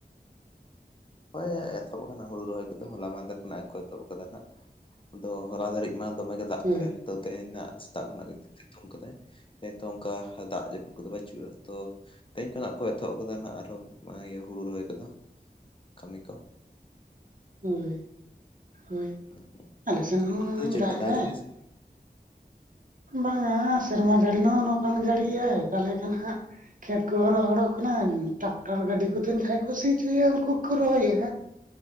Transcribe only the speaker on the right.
ᱦᱳᱭ
ᱦᱳᱭ, ᱦᱳᱭ,
ᱟᱞᱮᱥᱮᱱ ᱦᱚᱸ
ᱫᱟᱜ ᱫᱟᱭ
᱾ ᱵᱟᱝᱟ ᱥᱮᱨᱢᱟ ᱡᱟᱹᱲᱤ ᱱᱚ ᱱᱚᱠᱟᱱ ᱡᱟᱹᱲᱤᱭᱟᱭ ᱛᱟᱦᱚᱞᱮ ᱠᱷᱟᱱ ᱦᱟᱸᱜ ᱠᱷᱮᱛ ᱠᱚᱦᱚᱸ ᱨᱚᱦᱚᱲᱚᱜ ᱠᱟᱱᱟ ᱴᱟᱠᱼᱼ ᱴᱟᱨ ᱜᱟᱹᱰᱤ ᱠᱚᱛᱮᱱ ᱡᱟᱦᱟᱸᱭ ᱠᱚ ᱥᱤ ᱚᱪᱚᱭᱟ ᱩᱱᱠᱩ ᱠᱚ ᱨᱚᱦᱚᱭᱮᱜᱼᱟ,